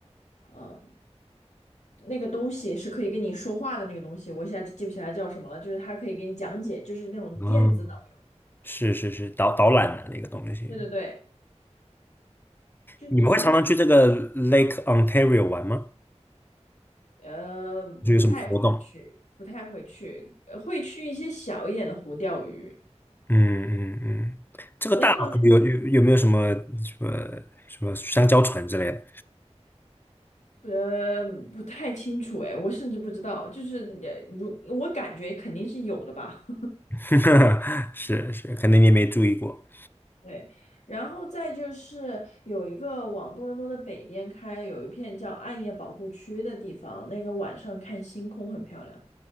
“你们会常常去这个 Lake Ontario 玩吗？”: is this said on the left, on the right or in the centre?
Left